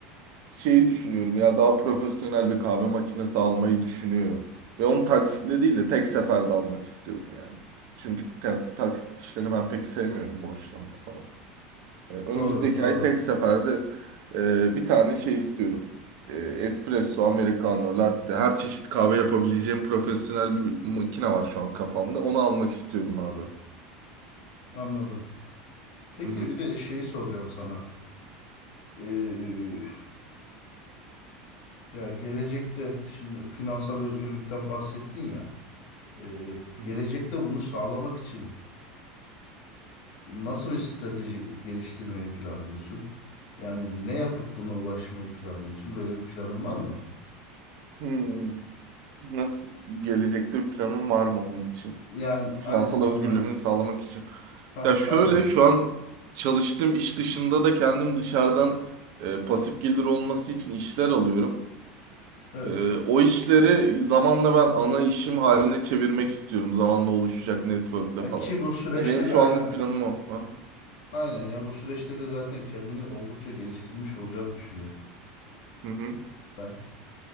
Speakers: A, on the right (about 60°); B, on the left (about 65°).
A: şeyi düşünüyorum ya daha profesyonel bir kahve makinesi almayı düşünüyorum. Ve onu taksitle değil de tek seferde almak istiyorum yani. Çünkü ta- taksit işlerini ben pek sevmiyorum borçlanma falan. E, önümüzdeki
B: doğru doğru
A: ay tek seferde e, bir tane şey istiyorum. E, espresso, americano, latte her çeşit kahve yapabileceğim profesyonel bir makine var şu an kafamda. Onu almak istiyorum abi.
B: anladım. Peki
A: Hı hı.
B: bir de şeyi soracağım sana. E, Ya gelecekte şimdi finansal özgürlükten bahsettin ya. e,
A: hı
B: gelecekte
A: hı.
B: bunu sağlamak için nasıl bir strateji geliştirmeyi planlıyorsun? Yani ne yapıp buna ulaşmayı planlıyorsun? Böyle bir planın var mı?
A: Hmm. Nasıl gelecekte bir planın var mı onun için?
B: Yani
A: Finansal
B: aynen
A: özgürlüğümü
B: yani
A: sağlamak için.
B: ha
A: Ya şöyle
B: aynen
A: şu an çalıştığım iş dışında da kendim dışarıdan e, pasif gelir olması için işler alıyorum.
B: evet.
A: E, o işleri zamanla ben ana işim haline çevirmek istiyorum. Zamanla oluşacak network'le
B: Ya
A: falan.
B: ki bu süreçte
A: E, benim şu
B: de aynen
A: anlık planım o. Ha?
B: aynen ya bu süreçte de zaten kendini oldukça geliştirmiş olacağını düşünüyorum
A: Hı hı.
B: ben.